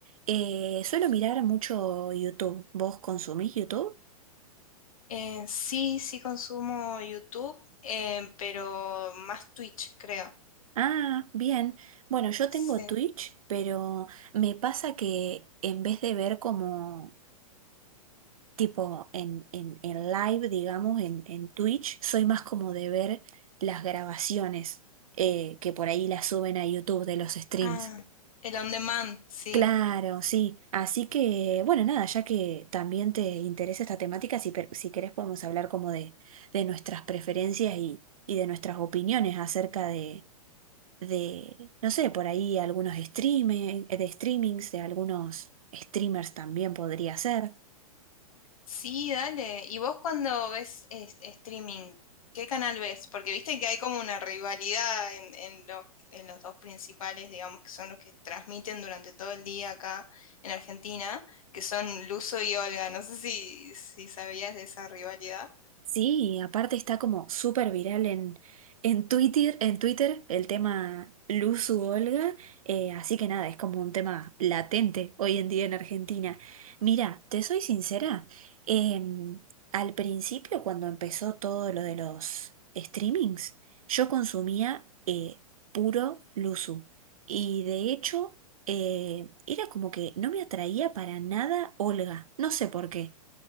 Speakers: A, on the right; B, on the left.
A: eh, suelo mirar mucho YouTube. ¿Vos consumís YouTube?
B: Eh, sí, sí consumo YouTube, eh, pero más Twitch, creo.
A: Ah, bien. Bueno, yo
B: Sí.
A: tengo Twitch, pero me pasa que en vez de ver como tipo en, en, en live, digamos, en, en Twitch, soy más como de ver las grabaciones eh, que por ahí las suben a YouTube de los streams.
B: Ah, el on demand, sí.
A: Claro, sí. Así que, bueno, nada, ya que también te interesa esta temática, si, per- si querés podemos hablar como de, de nuestras preferencias y, y de nuestras opiniones acerca de, de, no sé, por ahí algunos streaming, de streamings, de algunos streamers también podría ser.
B: Sí, dale. ¿Y vos cuando ves es- streaming, qué canal ves? Porque viste que hay como una rivalidad en, en los, en los dos principales, digamos, que son los que transmiten durante todo el día acá en Argentina, que son Luzo y Olga. No sé si, si sabías de esa rivalidad.
A: Sí, aparte está como súper viral en, en Twitter, en Twitter el tema Luzu Olga, eh, así que nada, es como un tema latente hoy en día en Argentina. Mira, te soy sincera, em, al principio cuando empezó todo lo de los streamings, yo consumía eh, puro Luzu y de hecho eh, era como que no me atraía para nada Olga, no sé por qué.